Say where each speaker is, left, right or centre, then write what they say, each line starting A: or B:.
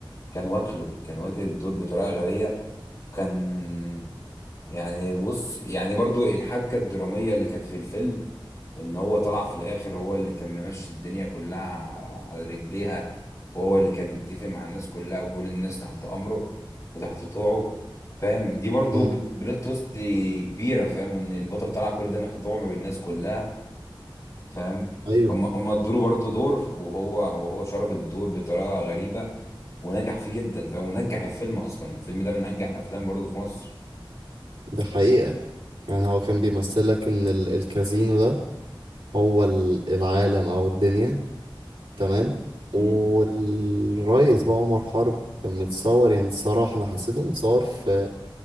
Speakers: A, on the left; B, on the right.
A: كان واكله كان واكل الدور بطريقة غبية كان يعني بص يعني برضو الحبكة الدرامية اللي كانت في الفيلم وان هو طلع في الاخر هو اللي كان ممشي الدنيا كلها على رجليها وهو اللي كان متفق مع الناس كلها وكل الناس تحت امره وتحت طوعه فاهم دي برضو
B: مم.
A: بلوت بلوت توست كبيرة فاهم وان البطل طلع كل ده مخدوع من الناس كلها فاهم
B: أيوه
A: هم هم ادوا له برضه دور وهو وهو شرب الدور بطريقه غريبه ونجح فيه جدا فاهم ونجح الفيلم اصلا الفيلم ده من انجح الافلام برضه في مصر
B: ده حقيقة يعني هو كان بيمثلك إن ال- الكازينو ده هو ال- العالم أو الدنيا تمام
A: مم.
B: والريس بقى عمر حرب كان متصور يعني الصراحة أنا حسيته متصور في